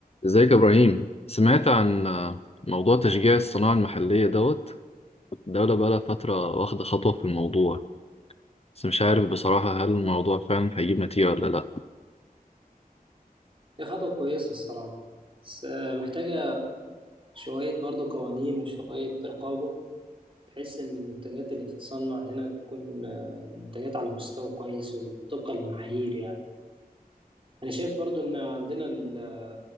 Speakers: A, on the left (about 40°); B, on the right (about 35°).
A: ازيك يا ابراهيم سمعت عن آه، موضوع تشجيع الصناعة المحلية دوت الدولة بقالها فترة واخدة خطوة في الموضوع بس مش عارف بصراحة هل الموضوع فعلا هيجيب نتيجة ولا لأ
B: هي خطوة كويسة الصراحة بس آه، محتاجة شوية برضو قوانين وشوية رقابة بحيث إن المنتجات اللي تتصنع هنا تكون آه، منتجات على مستوى كويس وطبقا للمعايير يعني أنا شايف برضو إن عندنا ال-